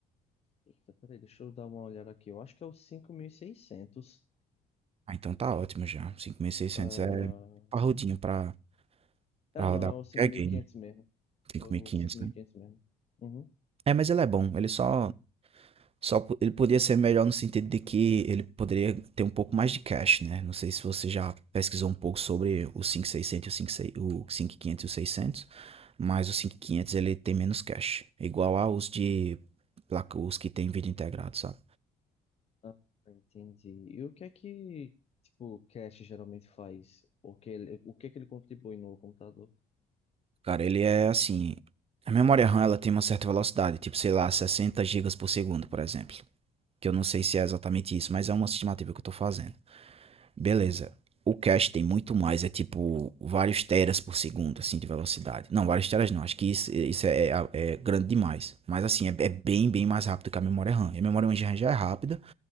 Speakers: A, on the left; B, on the right.
A: Eita, peraí, deixa eu dar uma olhada aqui. Eu acho que é o 5600.
B: Ah, então tá ótimo já. cinco mil e seiscentos
A: Ah,
B: é parrudinho pra, pra
A: ah, não,
B: rodar
A: é
B: qualquer
A: o cinco mil
B: game.
A: e quinhentos mesmo.
B: Cinco
A: É o
B: mil e quinhentos,
A: cinco mil
B: né?
A: e quinhentos mesmo. Uhum.
B: É, mas ele é bom. Ele só, só. po- Ele poderia ser melhor no sentido de que ele poderia ter um pouco mais de cache, né? Não sei se você já pesquisou um pouco sobre o cinco mil e seiscentos, o 5.600 o cinco mil e quinhentos, e o 600. Mas o 5.500 ele tem menos cache. Igual aos de. placa- Os que tem vídeo integrado, sabe?
A: Ah, entendi. E o que é que, tipo, o cache geralmente faz? O que ele, o que é que ele contribui no computador?
B: Cara, ele é assim. A memória RAM ela tem uma certa velocidade, tipo, sei lá, 60 gigas por segundo, por exemplo. que eu não sei se é exatamente isso, mas é uma estimativa que eu tô fazendo. Beleza. O cache tem muito mais, é tipo vários teras por segundo, assim, de velocidade. Não, vários teras não, acho que isso, isso é, é- é grande demais. Mas assim, é, é bem, bem mais rápido que a memória RAM. E a memória RAM já é rápida,